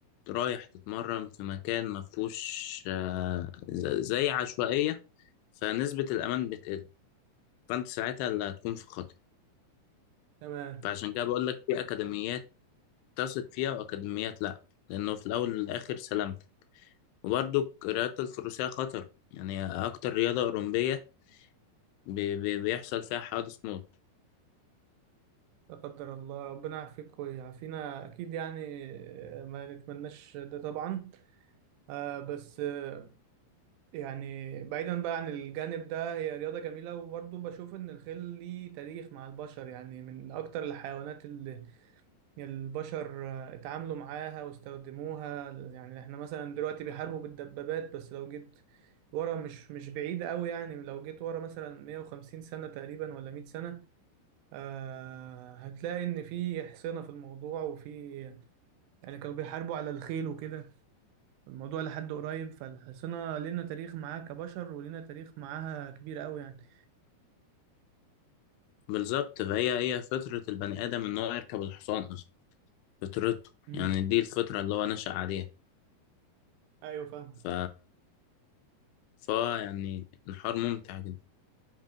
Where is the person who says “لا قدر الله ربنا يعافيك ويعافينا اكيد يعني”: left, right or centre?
Right